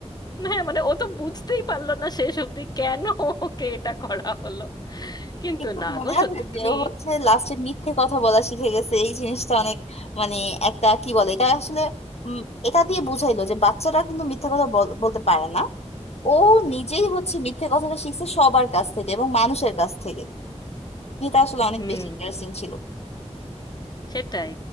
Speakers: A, on the left; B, on the left.
A: হ্যাঁ, মানে ও তো বুঝতেই পারলো না শেষ অবধি কেন ওকে এটা করা হলো কিন্তু
B: কিন্তু
A: না
B: মনে
A: গো
B: আছে
A: সত্যি
B: যে
A: তুমি
B: ও হচ্ছে লাস্টে মিথ্যে কথা বলা শিখে গেছে এই জিনিসটা অনেক মানে একটা কি বলে এটা আসলে উম, এটা দিয়ে বুঝাইলো যে বাচ্চারা কিন্তু মিথ্যে কথা বল- বলতে পারে না ও নিজেই হচ্ছে মিথ্যে কথাটা শিখছে সবার কাছ থেকে এবং মানুষের কাছ থেকে এটা আসলে অনেক
A: হুম
B: বেশি ইন্টারেস্টিং ছিল
A: সেটাই